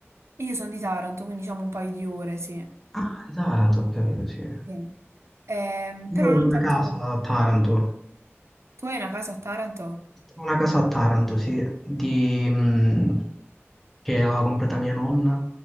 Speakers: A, on the right; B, in the centre.
A: io sono di Taranto, quindi diciamo un paio di ore, sì.
B: Ah, di Taranto, ho capito, sì. Io
A: Sì. Ehm, però
B: ho
A: non
B: una
A: tanto...
B: casa a Taranto, ho
A: Tu hai una casa a Taranto
B: una casa a Taranto, sì, di, mm, che aveva comprata mia nonna,